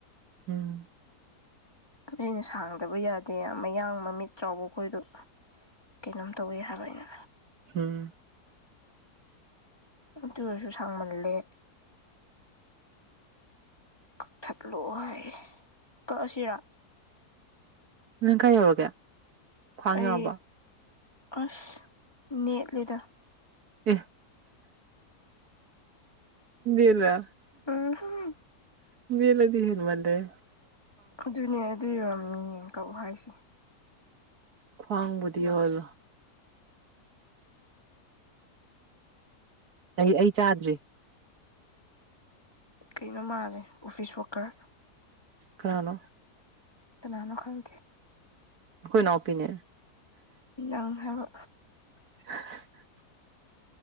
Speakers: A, on the right; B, on the left.
A: ꯎꯝ
B: ꯑ ꯑꯩꯅ ꯁꯥꯡꯗꯕ ꯌꯥꯗꯦ ꯃꯌꯥꯡ ꯃꯃꯤꯠ ꯆꯥꯎꯥꯎꯕꯈꯣꯏꯗ ꯀꯩꯅꯣꯝ ꯇꯧꯋꯤ ꯍꯥꯏꯕ ꯑꯩꯅ
A: ꯎꯝ
B: ꯇꯨꯔꯁꯨ ꯁꯥꯡꯃꯂꯦ ꯀꯛꯊꯠꯂꯣ ꯍꯥꯏꯌꯦ ꯀꯛꯑꯁꯤꯔ
A: ꯅꯣꯏ ꯀꯥꯏ ꯌꯧꯔꯒꯦ ꯈ꯭ꯋꯥꯡ
B: ꯑꯩ
A: ꯌꯧꯔꯕ
B: ꯑꯁ ꯅꯂꯥ
A: ꯑꯦ ꯦꯂ
B: ꯎꯝꯍꯨꯝ
A: ꯦꯂꯗꯤ ꯍꯟ ꯃꯅꯦꯦ
B: ꯑꯗꯨꯅꯦ ꯑꯗꯨ ꯌꯝꯅꯤ ꯌꯦꯡ ꯀꯛꯎ ꯍꯥꯏꯁꯦ
A: ꯈ꯭ꯋꯥꯡꯕꯨꯗꯤ ꯍꯂꯣ ꯑꯩ ꯑꯩ ꯆꯥꯗ꯭ꯔꯔꯤ
B: ꯀꯩꯅꯩꯅ ꯃꯥꯔ ꯑꯣꯐꯤꯁ ꯋꯥꯈꯔ
A: ꯀꯥꯅꯣ
B: ꯅꯅ ꯈꯪ ꯀꯦ
A: ꯑꯩꯣꯏ ꯅꯄꯤꯤꯅꯤ
B: ꯉꯥꯡ ꯍꯥꯏꯕ
A: <unintelligible>